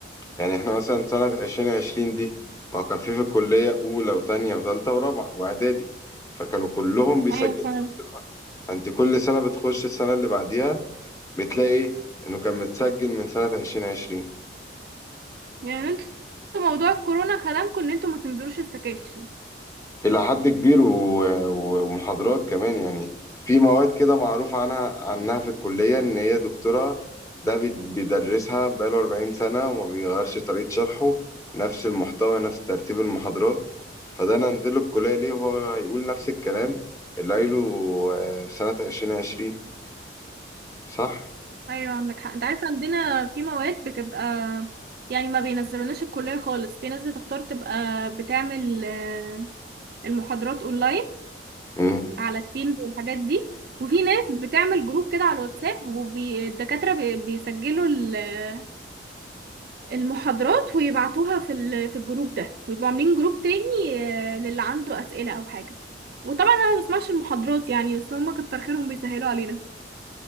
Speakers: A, on the left; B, on the right.
A: يعني احنا مثلا سنة عشرين عشرين دي ما هو كان في في الكلية أولى وتانية وتالتة ورابعة وإعدادي فكانوا كلهم بيسجلوا
B: ايوه فعلا
A: في نفس الوقت فأنت كل سنة بتخش السنة اللي بعديها بتلاقي إيه؟ إنه كان متسجل من سنة عشرين عشرين
B: يعني انتوا موضوع الكورونا خدمكم ان انتوا ما تنزلوش استكاشن
A: إلى حد كبير و- و- ومحاضرات كمان يعني في مواد كده معروف عنها عنها في الكلية إن هي دكتورة ده بي- بيدرسها بقاله 40 سنة وما بيغيرش طريقة شرحه نفس المحتوى نفس ترتيب المحاضرات فده أنا أنزله الكلية ليه وهو هيقول نفس الكلام اللي قايله آه، في سنة 2020 صح؟
B: ايوه عندك حق انت عارفه عندنا في مواد بتبقى يعني ما بينزلوناش الكليه خالص في ناس بتختار تبقى بتعمل آه، المحاضرات اونلاين
A: مم.
B: على التيمز والحاجات دي وفي ناس بتعمل جروب كده على الواتساب والدكاتره بيسجلوا ال- آه، المحاضرات ويبعتوها في ال- في الجروب ده ويبقوا عاملين جروب تاني آه، للي عنده اسئله او حاجه وطبعا انا ما بسمعش المحاضرات يعني بس هم كتر خيرهم بيسهلوا علينا